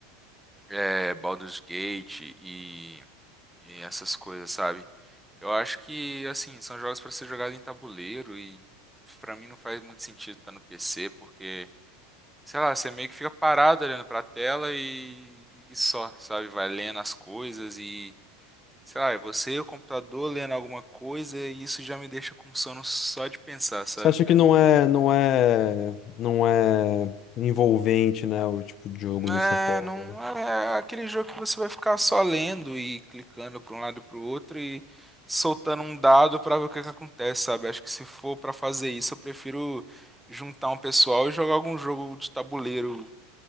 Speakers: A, in the centre; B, on the left.
A: é, Baldur's Gate e, e essas coisas, sabe? Eu acho que, assim, são jogos para ser jogado em tabuleiro e pra mim não faz muito sentido estar no PC, porque, sei lá, você meio que fica parado olhando pra tela e, e só, sabe? Vai lendo as coisas e, sei lá, é você e o computador lendo alguma coisa e isso já me deixa com sono só de pensar, sabe,
B: Você acha
A: cara?
B: que não é, não é, não é envolvente, né, o tipo de jogo
A: É,
B: dessa forma,
A: não
B: né?
A: é aquele jogo que você vai ficar só lendo e clicando para um lado e para o outro e soltando um dado para ver o que que acontece, sabe? Acho que se for para fazer isso, eu prefiro juntar um pessoal e jogar algum jogo de tabuleiro,